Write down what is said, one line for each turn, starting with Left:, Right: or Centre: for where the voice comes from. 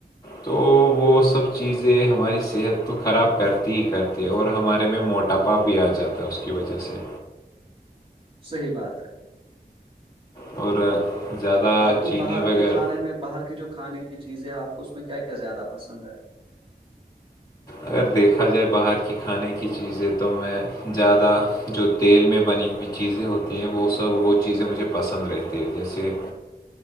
Left: تو وہ سب چیزیں ہماری صحت کو خراب کرتی ہی کر تی ہے اور ہمارے میں موٹاپا بھی آ جاتا ہے اس کی وجہ سے
Right: صحیح بات ہے
Left: اور زیادہ
Right: آپ کو
Left: چینی
Right: باہر
Left: وغیرہ
Right: کی کھانے میں باہر کی جو کھانے کی چیزیں ہیں آپ کو اس میں کیا کیا زیادہ پسند ہے
Left: اگر دیکھا جائے باہر کی کھانے کی چیزیں تو میں زیادہ جو تیل میں بنی ہوئی چیزیں ہوتی ہیں وہ سب وہ چیزیں مجھے پسند رہتی ہے جیسے